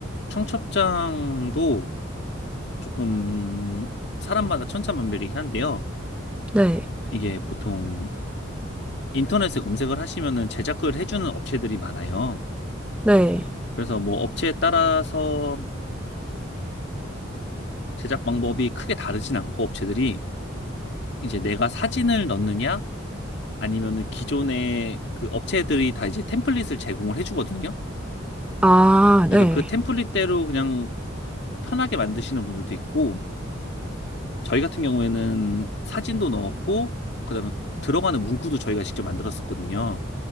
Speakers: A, on the left; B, in the centre.
A: 청첩장도 조금 사람마다 천차만별이긴 한데요.
B: 네,
A: 이게 보통 인터넷에 검색을 하시면은 제작을 해주는 업체들이 많아요.
B: 네.
A: 그래서 뭐 업체에 따라서 제작 방법이 크게 다르진 않고 업체들이 이제 내가 사진을 넣느냐 아니면은 기존의 그 업체들이 다 이제 템플릿을 제공을 해주거든요.
B: 아,
A: 그래서
B: 네,
A: 그 템플릿대로 그냥 편하게 만드시는 분들도 있고 저희 같은 경우에는 사진도 넣었고 그다음에 들어가는 문구도 저희가 직접 만들었었거든요.